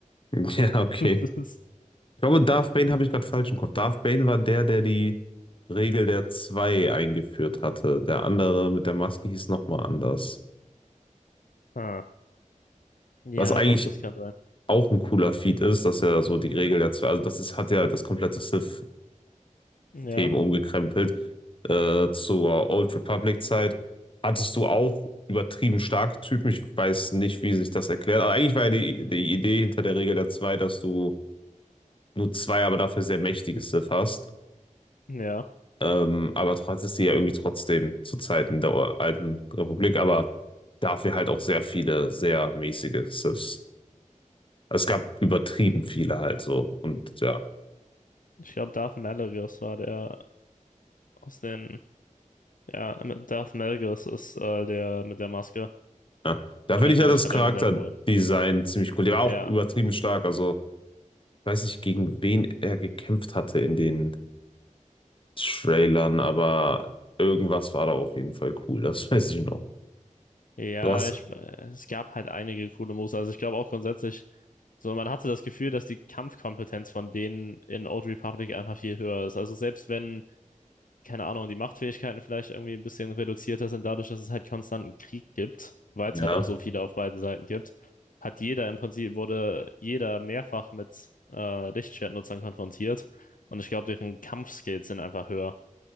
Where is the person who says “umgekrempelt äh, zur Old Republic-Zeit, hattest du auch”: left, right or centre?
Left